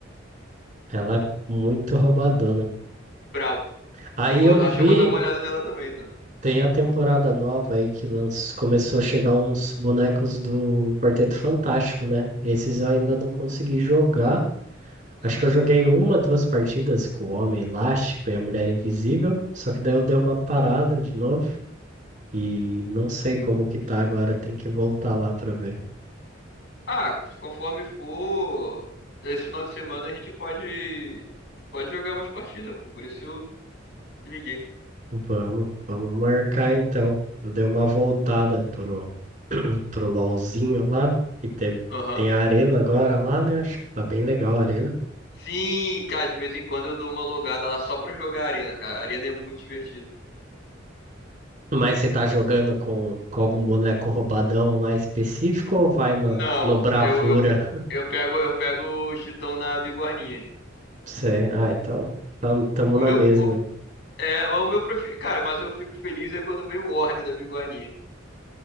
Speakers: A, on the right; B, on the left.
A: Ela é muito roubadona.
B: Brabo.
A: Aí
B: Eu vou,
A: eu vi,
B: acho que eu vou dar uma olhada nela também, então.
A: tem a temporada nova aí que lanç... começou a chegar uns bonecos do Quarteto Fantástico, né? Esses eu ainda não consegui jogar.
B: Hum.
A: Acho que eu joguei uma, duas partidas com o Homem Elástico e a Mulher Invisível, só que daí eu dei uma parada de novo e não sei como que tá agora, tem que voltar lá pra ver.
B: Ah, se conforme for, esse final de semana a gente pode pode jogar umas partidas, pô. Por isso eu te liguei.
A: Vamos, vamos marcar então. Eu dei uma voltada pro, pro LOLzinho lá, que teve,
B: Aham.
A: tem a arena agora lá, né? Acho que tá bem legal a arena.
B: Sim, cara, de vez em quando eu dou uma logada lá só pra jogar arena, cara. A arena é muito divertido.
A: Mas você tá jogando com, com algum boneco roubadão lá específico ou vai no,
B: Não,
A: no Bravura?
B: eu eu, pe- eu pego eu pego o Chitão na bigorninha.
A: Sei. Ah, então. Estamos
B: O
A: na
B: meu
A: mesma.
B: o, é, o meu prefiro, cara, mas eu fico feliz é quando vem o Orne da bigorninha.